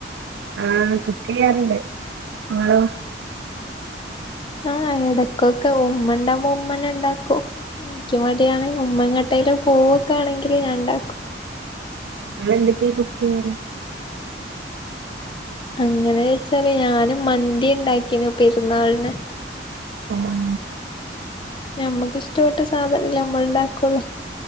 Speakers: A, on the right; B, on the left.
A: ആഹ് കുക്കെയ്യാറ്ണ്ട് ങ്ങളോ?
B: ആഎടക്കൊക്കെ ഉമ്മ ഉണ്ടാവുമ്പോ ഉമ്മന്നെണ്ടാക്കും നിക്ക് മടിയാണ് ഉമ്മങ്ങേട്ടേലും പോകാണെങ്കില് ഞാൻണ്ടാക്കും
A: ഇങ്ങളെന്തൊക്കെ കുക്കിയല്
B: അങ്ങനെ ചോയ്ച്ചാല് ഞാനും മന്തിണ്ടാക്കിനു പെരുന്നാളിന്
A: ഓ ഉം
B: ഞമ്മക്ക്ഷ്ടപ്പെട്ട സാധനല്ലേ ഞമ്മള്ണ്ടാക്കുള്ളു